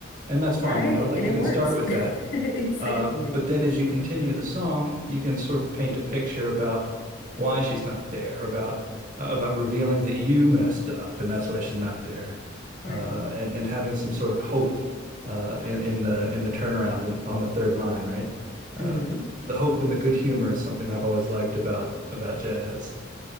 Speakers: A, on the right (about 40°); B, on the left (about 70°).
A: and that's fine.
B: right?
A: You know, like
B: And it
A: you can
B: works.
A: start with
B: <laughs>
A: that
B: Exactly.
A: uh, but then as you continue the song, you can sort of paint a picture about why she's not there, about uh, about revealing that you messed up and that's why she's not there,
B: Right.
A: uh, and and having some sort of hope uh, in in the in the turnaround and on the third line, right? Uh,
B: hmm
A: the hope and the good humor is something I've always liked about about jazz